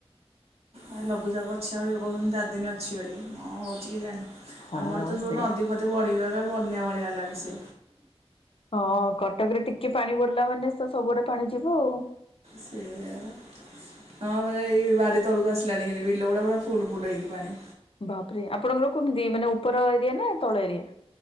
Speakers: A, on the right; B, on the left.
A: ଆ ଲଘୁଚାପୁ ଅଛି ଆଉରି କହୁଛନ୍ତି ଚାରି ଦିନ ଅଛି ବୋଲି ଅ ହଉଛି କି ଜାଣି।
B: ହଁ
A: ଆମର ତ ସବୁ
B: ସେଇଆ।
A: ନଦୀ ଫଦୀ ବଢିଗଲା ବନ୍ୟା ଭଳିଆଲାଣି ସେ।
B: ହଁ କଟକରେ ଟିକେ ପାଣି ବଡିଲା ମାନେ ତ ସବୁଆଡେ ପାଣି ଯିବ ଆଉ।
A: ସେୟା। ହଁ ପରା ଏଇ ବାଡି ତଳକୁ ଆସିଲାଣି ଏ ବିଲଗୁଡା ପୁରା ଫୁଲ ଫୁଲ ହେଇକି ପାଣି।
B: ବାପ୍ ରେ ଆପଣଙ୍କର କମିତି ମାନେ ଉପର ଏରିଆ ନା ତଳ ଏରିଆ?